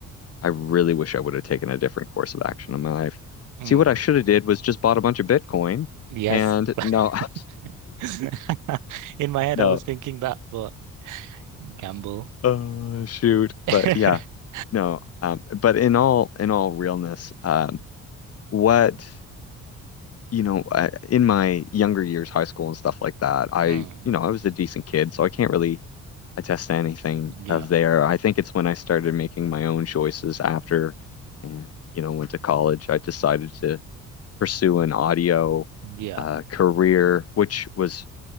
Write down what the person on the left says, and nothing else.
I really wish I would have taken a different course of action in my life.
See, what I should have did was just bought a bunch of Bitcoin
and
no. <laughs>
No.
Oh shoot.
But yeah. No. Um, but in all in all realness, um, what you know, I, in my younger years, high school and stuff like that, I
you know, I was a decent kid, so I can't really attest to anything
of there. I think it's when I started making my own choices after and you know, went to college, I decided to pursue an audio
uh career, which was